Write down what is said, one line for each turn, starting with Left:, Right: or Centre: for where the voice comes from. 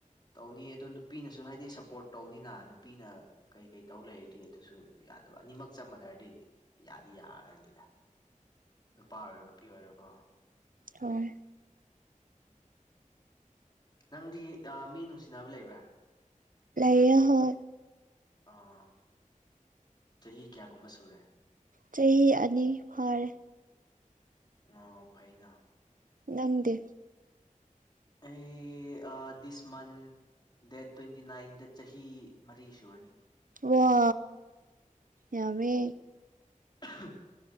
Left: ꯇꯧꯅꯤ ꯑꯗꯨ ꯅꯨꯄꯤꯅꯁꯨ ꯍꯥꯏꯗꯤ ꯁꯞꯄꯣꯔꯠ ꯇꯧꯅꯤꯅ ꯅꯨꯄꯤꯅ ꯀꯩ ꯀꯩ ꯇꯧ ꯂꯩꯔꯗꯤ ꯑꯗꯨꯁꯨ ꯌꯥꯗꯕ ꯑꯅꯤꯃꯛ ꯆꯞ ꯃꯥꯟꯅꯔꯗꯤ ꯌꯥꯗꯤ ꯌꯥꯔꯅꯤꯗ ꯅꯨꯄꯥ ꯑꯣꯏꯔꯣ ꯅꯨꯄꯤ ꯑꯣꯏꯔꯣꯀꯣ
Right: ꯍ‌ꯣꯏ
Left: ꯅꯪꯗꯤ ꯑꯥ ꯃꯤ ꯅꯨꯡꯁꯤꯅꯕ ꯂꯩꯕ꯭ꯔꯥ
Right: <unintelligible>
Left: ꯑ ꯆꯍꯤ ꯀꯌꯥꯒꯨꯝꯕ ꯁꯨꯔꯦ
Right: ꯆꯍꯤ ꯑꯅꯤ ꯐꯥꯔꯦ
Left: ꯑꯣ ꯐꯩꯅꯥ
Right: ꯅꯪꯗꯤ
Left: ꯑꯩ ꯑꯥ ꯗꯤꯁ ꯃꯥꯟ ꯗꯦꯠ ꯇ꯭ꯋꯦꯟꯇꯤ ꯅꯥꯏꯟꯗ ꯆꯍꯤ ꯃꯔꯤ ꯁꯨꯔꯅꯤ
Right: ꯋꯥ ꯌꯥꯝꯃꯦ
Left: <inaudible>